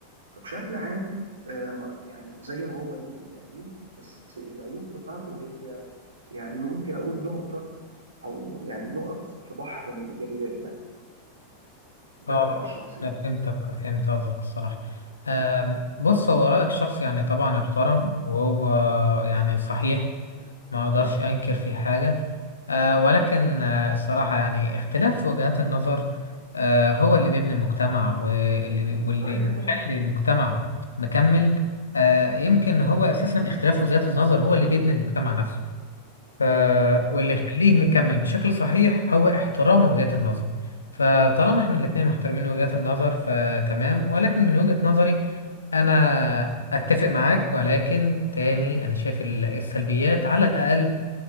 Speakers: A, on the right; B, on the left.
A: فبشكل عام آه، ما- يعني زي ما هو ليه عيوب بس العيوب بتاعته هي يعني ممكن أقول نقطة أو يعني نقط في بحر من الإيجابيات يعني ده
B: آه
A: رأيي الشخصي يعني
B: أنا فهمتك فهمت قصدك الصراحة
A: مم.
B: آم، بص هو رأيك شخص يعني طبعا يحترم وهو يعني صحيح ما اقدرش انكر في حاجه آه ولكن آه الصراحه يعني اختلاف في وجهات النظر آه هو اللي بيبني المجتمع واللي واللي
A: صحيح طبعا
B: يخلي المجتمع مكمل آه يمكن هو اساسا اختلاف وجهات النظر هو اللي بيبني المجتمع نفسه ف واللي
A: صحيح
B: يخليه مكمل بشكل صحيح هو احترام وجهات النظر فطالما احنا الاتنين محترمين وجهات النظر فتمام ولكن من وجهة نظري انا اتفق معاك ولكن تاني انا شايف ال- السلبيات على الاقل